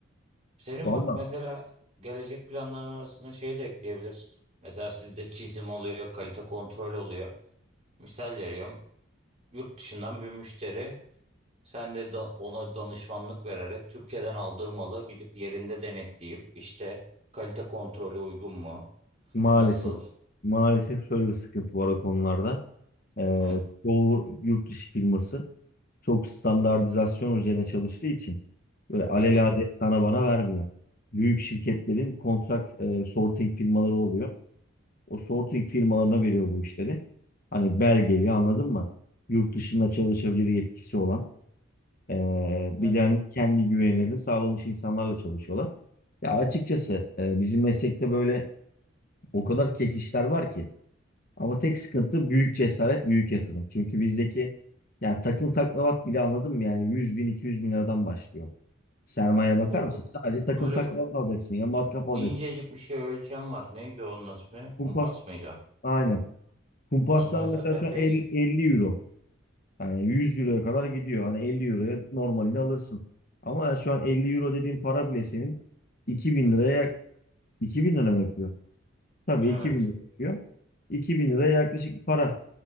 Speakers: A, on the right (about 30°); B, on the left (about 45°).
A: Senin
B: Valla
A: bak mesela gelecek planların arasında şey de ekleyebilirsin. Mesela sizde çizim oluyor, kalite kontrol oluyor. Misal veriyorum. Yurt dışından bir müşteri sen de da- ona danışmanlık vererek Türkiye'den aldığı malı gidip yerinde denetleyip işte kalite kontrolü uygun mu?
B: maalesef
A: Nasıl?
B: maalesef şöyle bir sıkıntı var o konularda. Ee,
A: Hı.
B: çoğu yurt dışı firması çok standartizasyon üzerine çalıştığı için böyle alelade
A: Hı hı.
B: sana bana vermiyor. Büyük şirketlerin kontrak e, sorting firmaları oluyor. O sorting firmalarına veriyor bu işleri. Hani belgeli anladın mı? Yurt dışında çalışabilir yetkisi olan. e, bir
A: Ya,
B: de hani kendi güvenilerini sağlamış insanlarla çalışıyorlar. Ya açıkçası e, bizim meslekte böyle o kadar kek işler var ki. Ama tek sıkıntı büyük cesaret, büyük yatırım. Çünkü bizdeki yani takım taklavat bile anladım yani 100 bin, 200 bin liradan başlıyor. Sermaye bakar
A: tabii
B: mısın? Sadece takım
A: öyle
B: taklavat alacaksın ya matkap alacaksın.
A: incecik bir şey ölçem var. Neydi onun ismi? Kumpas
B: Kumpas
A: mıydı?
B: aynen. Kumpaslar
A: Onun mesela
B: mesela
A: kalitesi.
B: şu an 50, 50 euro. Yani 100 euroya kadar gidiyor. Hani 50 euroya normalini alırsın. Ama yani şu an 50 euro dediğin para bile senin 2000 liraya 2000 lira mı yapıyor? Tabii
A: Evet.
B: 2000 lira yapıyor. 2000 liraya yaklaşık para.